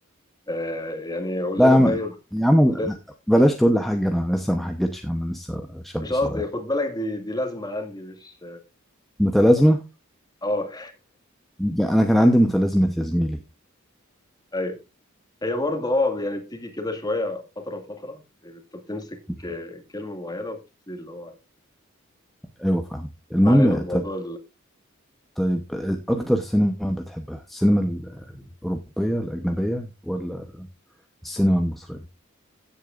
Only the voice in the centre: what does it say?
لا
يا عم
يا عم
بلاش تقول لي حاجة أنا لسه ما حجتش يا عم أنا لسه شاب
صغير
متلازمة
أنا كان عندي متلازمة يا زميلي
مم.
أيوه فاهم المهم
طيب طيب أكتر سينما بتحبها السينما الأوروبية الأجنبية ولا السينما المصرية؟